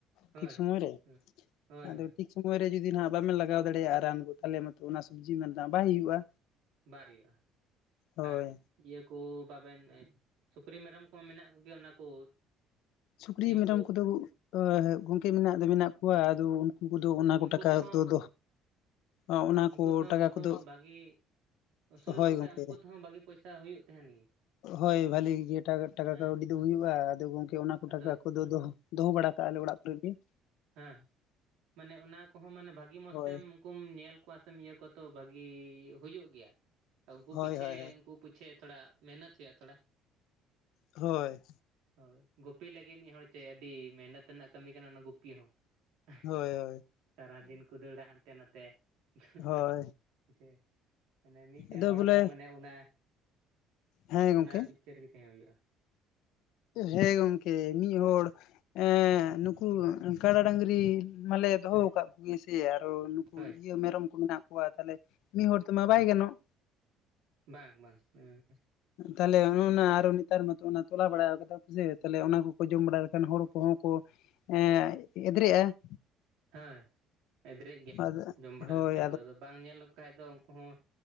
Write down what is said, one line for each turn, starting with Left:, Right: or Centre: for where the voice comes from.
Right: ᱦᱳᱭ
Left: ᱴᱷᱤᱠ ᱥᱚᱢᱚᱭ ᱨᱮ
Right: ᱦᱮᱸ ᱦᱳᱭ
Left: ᱟᱫᱚ
Right: ᱦᱳᱭ
Left: ᱴᱤᱜ ᱥᱚᱢᱚᱭ ᱨᱮ ᱡᱩᱫᱤ ᱱᱷᱟᱸᱜ ᱵᱟᱵᱮᱱ ᱞᱟᱜᱟᱣ ᱫᱟᱲᱮᱭᱟᱜᱼᱟ ᱨᱟᱱ ᱠᱚ ᱛᱟᱦᱮᱞᱮ ᱢᱟᱛᱚ ᱚᱱᱟ ᱥᱚᱵᱽᱡᱤ ᱢᱟ ᱱᱷᱟᱸᱜ ᱵᱟᱭ ᱦᱩᱭᱩᱜᱼᱟ᱾
Right: ᱵᱟᱭ ᱦᱩᱭᱩᱜᱼᱟ,
Left: ᱦᱳᱭ
Right: ᱟᱨ ᱤᱭᱟᱹ ᱠᱚ ᱵᱟᱵᱮᱱ ᱮᱸ ᱥᱩᱠᱨᱤ ᱢᱮᱨᱚᱢ ᱠᱚᱦᱚᱸ ᱢᱮᱱᱟᱜ ᱠᱚᱜᱽᱼᱮᱭᱟ ᱚᱱᱟ ᱠᱚ
Left: ᱥᱩᱠᱨᱤ
Right: ᱥᱤᱢ
Left: ᱢᱮᱨᱚᱢ
Right: ᱠᱚ
Left: ᱠᱚᱫᱚᱜᱽᱼᱩᱜ ᱦᱮᱸ ᱜᱚᱝᱠᱮ ᱢᱮᱱᱟᱜ ᱫᱚ ᱢᱮᱱᱟᱜ ᱠᱚᱣᱟ ᱟᱫᱚ ᱩᱱ- ᱩᱱᱠᱩ ᱫᱚ ᱚᱱᱟ
Right: ᱩᱱᱠᱩ
Left: ᱠᱚ ᱴᱟᱠᱟ
Right: ᱛᱮᱦᱚᱸ
Left: ᱚᱠᱛᱚ ᱫᱚ, ᱟᱸ ᱚᱱᱟ
Right: ᱩᱱᱠᱩ
Left: ᱠᱚ
Right: ᱛᱮᱦᱚᱸ
Left: ᱴᱟᱠᱟ
Right: ᱵᱟᱠᱚ
Left: ᱠᱚᱫᱚ
Right: ᱵᱷᱟᱜᱤ ᱟᱹᱥᱩᱞ
Left: ᱦᱳᱭ
Right: ᱞᱚᱠᱚ ᱠᱷᱟᱡ
Left: ᱜᱚᱝᱠᱮ
Right: ᱩᱸᱠᱩ ᱛᱮᱦᱚᱸ ᱵᱷᱟᱜᱤ ᱯᱚᱭᱥᱟ ᱦᱩᱭᱩᱜ ᱛᱟᱦᱮᱸᱱ ᱜᱮ᱾
Left: ᱦᱳᱭ ᱵᱷᱟᱹᱞᱤ ᱜᱮ ᱴᱟᱜᱟ ᱴᱟᱠᱟ
Right: ᱦᱮᱸ
Left: ᱠᱟᱹᱣᱰᱤ ᱫᱚ ᱦᱩᱭᱩᱜᱼᱟ, ᱟᱫᱚ ᱜᱚᱝᱠᱮ ᱚᱱᱟ
Right: ᱟᱫᱚ
Left: ᱴᱟᱠᱟ ᱠᱚᱫᱚ ᱫᱚᱦᱚ ᱫᱚᱦᱚ ᱵᱟᱲᱟ ᱠᱟᱜᱼᱟ ᱞᱮ ᱚᱲᱟᱜ ᱠᱚᱨᱮ ᱜᱮ ᱾
Right: ᱦᱮᱸᱜ ᱢᱟᱱᱮ ᱚᱱᱟ ᱠᱚᱦᱚᱸ ᱢᱟᱱᱮ ᱵᱷᱟᱜᱤ ᱢᱚᱸᱡᱽ
Left: ᱦᱳᱭ
Right: ᱛᱮᱢ ᱠᱩᱢ ᱧᱮᱞ ᱠᱚᱣᱟ ᱥᱮᱢ ᱤᱭᱟᱹ ᱛᱚ ᱵᱷᱟᱹᱜᱤ ᱦᱩᱭᱩᱜ ᱜᱮᱭᱟ, ᱛᱚ ᱩᱸᱠᱩ
Left: ᱦᱳᱭ
Right: ᱯᱤᱪᱷᱮ
Left: ᱦᱳᱭ
Right: ᱩᱸᱠᱩ ᱯᱤᱪᱷᱮ ᱛᱷᱚᱲᱟ ᱢᱮᱦᱱᱚᱛ ᱦᱩᱭᱩᱜᱼᱟ ᱛᱷᱚᱲᱟ,
Left: ᱦᱳᱭ᱾
Right: ᱦᱳᱭ ᱜᱩᱯᱤ ᱞᱟᱹᱜᱤᱜ ᱢᱤᱫ ᱦᱚᱲ ᱪᱮ ᱟᱹᱰᱤ ᱢᱮᱦᱱᱚᱛ ᱨᱮᱱᱟᱜ ᱠᱟᱹᱢᱤ ᱠᱟᱱᱟ ᱚᱱᱟ ᱜᱩᱯᱤ ᱦᱚᱸ᱾ <unintelligible>
Left: ᱦᱳᱭ ᱦᱳᱭ
Right: ᱥᱟᱨᱟ ᱫᱤᱱ ᱠᱚ ᱫᱟᱹᱲᱼᱟ ᱦᱟᱱᱛᱮ ᱱᱟᱛᱮ, <unintelligible>
Left: ᱦᱳᱭ
Right: ᱦᱮᱪᱮ, ᱢᱟᱱᱮ ᱢᱤ- ᱢᱤᱫᱴᱟᱹᱝ
Left: ᱟᱫᱚ
Right: ᱦᱚᱲ
Left: ᱵᱚᱞᱮ
Right: ᱫᱚ ᱢᱟᱱᱮ ᱚᱱᱟ
Left: ᱦᱮᱸ ᱜᱚᱝᱠᱮ
Right: ᱚᱱᱟ ᱯᱤᱪᱷᱟᱹ ᱨᱮᱜᱮ ᱛᱟᱦᱮᱸ ᱦᱩᱭᱩᱜᱼᱟ᱾
Left: ᱦᱮᱸ ᱜᱚᱝᱠᱮ ᱢᱤᱫ ᱦᱚᱲ ᱮᱸ ᱱᱩᱠᱩ ᱠᱟᱰᱟ ᱰᱟᱺᱜᱽᱨᱤ ᱢᱟᱱᱞᱤᱹᱭᱟᱹ ᱫᱚᱦᱚ
Right: ᱦᱮᱸ
Left: ᱟᱠᱟᱫ ᱠᱚ ᱜᱤᱭᱟᱹ ᱥᱮ ᱟᱨᱚ ᱱᱩᱠᱩ
Right: ᱦᱳᱭ
Left: ᱤᱭᱟᱹ ᱢᱮᱨᱚᱢ ᱠᱚ ᱢᱮᱱᱟᱜ ᱠᱚᱣᱟᱭ ᱛᱟᱞᱮ, ᱢᱤᱜ ᱦᱚᱲ ᱛᱮᱢᱟ ᱵᱟᱭ ᱜᱟᱱᱚᱜ
Right: ᱵᱟᱝ ᱵᱟᱝ, ᱩᱸᱦ
Left: ᱛᱟᱦᱮᱞᱮ ᱚᱱᱚ ᱚᱱᱟ ᱟᱨᱚ ᱱᱮᱛᱟᱨ ᱢᱟᱛᱚ ᱚᱱᱟ ᱛᱚᱞᱟ ᱵᱟᱲᱟ ᱭᱟᱠᱟᱫᱟ ᱠᱚᱥᱮ ᱛᱟᱦᱮᱞᱮ ᱚᱱᱟ ᱠᱚᱠᱚ ᱡᱚᱢ ᱵᱟᱲᱟ ᱞᱮᱠᱷᱟᱱ ᱦᱚᱲ ᱠᱚᱦᱚᱸ ᱠᱚ ᱮᱸ ᱮᱫᱽᱨᱮᱜᱼᱟ,
Right: ᱦᱚᱸᱭ ᱮᱫᱽᱨᱮᱜ ᱜᱮᱭᱟᱠᱚ
Left: ᱟᱫᱚ
Right: ᱡᱚᱢ ᱵᱟᱰᱟ
Left: ᱦᱳᱭ
Right: ᱞᱮᱠᱷᱟᱡ ᱫᱚ ᱟᱫᱚ ᱵᱟᱝ ᱧᱮᱞ ᱞᱮᱠᱚ ᱠᱷᱟᱡ ᱫᱚ ᱩᱸᱠᱩ ᱦᱚᱸ